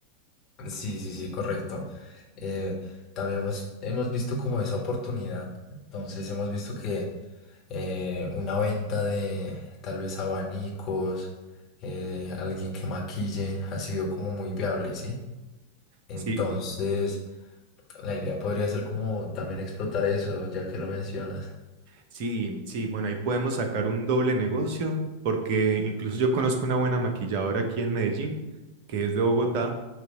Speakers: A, on the left; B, on the right.
A: Sí, sí, sí, correcto. Eh, también hemos, hemos visto como esa oportunidad. Entonces hemos visto que eh, una venta de tal vez abanicos, eh, alguien que maquille, ha sido como muy viable, ¿sí? Entonces,
B: Sí,
A: la idea podría ser como también explotar eso, ya que lo mencionas.
B: sí, sí, bueno, ahí podemos sacar un doble negocio, porque incluso yo conozco una buena maquilladora aquí en Medellín, que es de Bogotá,